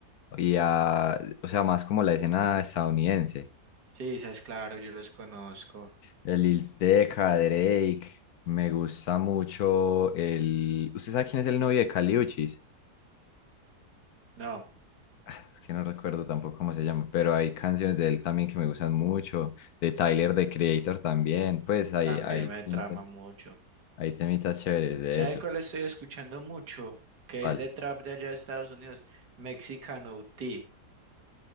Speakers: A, on the left; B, on the right.
A: y a, o sea, más como la escena estadounidense.
B: sí, es claro, yo los conozco.
A: El Lil Tecca, Drake. Me gusta mucho el. ¿Usted sabe quién es el novio de Kali Uchis?
B: No,
A: Ah, <laughs> Es que no recuerdo tampoco cómo se llama, pero hay canciones de él también que me gustan mucho. De Tyler, de Creator también. Pues hay,
B: también
A: hay
B: me
A: temitas,
B: trama mucho.
A: hay temitas chéveres de
B: ¿Sabe
A: eso.
B: cuál estoy escuchando mucho? Que
A: ¿Cuál?
B: es de trap de allá de Estados Unidos. Mexicano T.